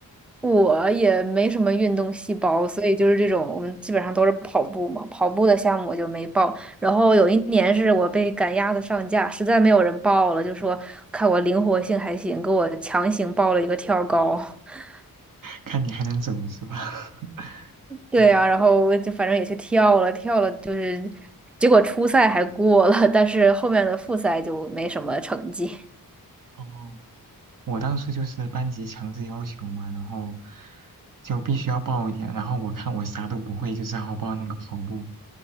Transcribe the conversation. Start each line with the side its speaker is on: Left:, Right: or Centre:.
Centre: 我也没什么运动细胞，所以就是这种，我们基本上都是跑步嘛。跑步的项目我就没报。然后有一年是我被赶鸭子上架，实在没有人报了，就说看我灵活性还行，给我强行报了一个跳高。<laughs>
Right: 看你还能怎么吧？<laughs>
Centre: 对呀、
Right: 嗯，
Centre: 然后我就反正也去跳了，跳了就是，结果初赛还过了，但是后面的复赛就没什么成绩。
Right: 哦，我当初就是班级强制要求嘛，然后就必须要报一点，然后我看我啥都不会，就只好报那个跑步，